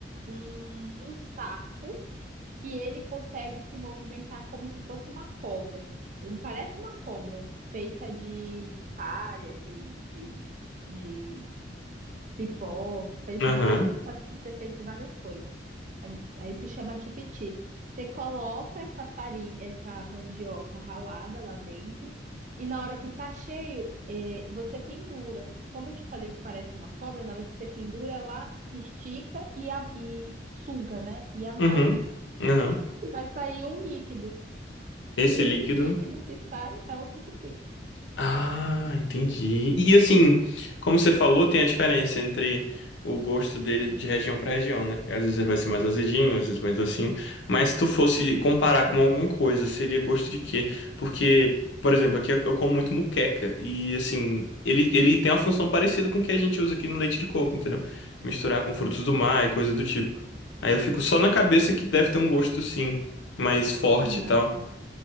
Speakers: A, on the right; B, on the left.
A: um, um saco que ele consegue se movimentar como se fosse uma cobra. Ele parece uma cobra, feita de, de palha, de, de, de cipó, feito
B: Aham.
A: de vários, pode ser feito de várias coisas. É mu- Aí se chama tipiti. Você coloca essa farinha, essa mandioca ralada lá dentro, e na hora que tá cheio, eh, você pendura. Como eu te falei que parece uma cobra, na hora que você pendura, ela estica e, a- e suga, né? E amassa.
B: Uhum. Aham.
A: E vai sair um líquido.
B: Esse
A: Esse
B: líquido.
A: líquido que sai é o tucupi.
B: Ah, entendi. E assim, como você falou, tem a diferença entre o gosto dele de região para região, né? Às vezes ele vai ser mais azedinho, às vezes mais docinho. Mas se tu fosse comparar com alguma coisa, seria gosto de quê? Porque, por exemplo, aqui eu como muito muqueca e assim, ele, ele tem uma função parecida com o que a gente usa aqui no leite de coco, entendeu? Misturar com frutos do mar e coisa do tipo. Aí eu fico só na cabeça que deve ter um gosto sim, mais forte
A: Não,
B: e tal.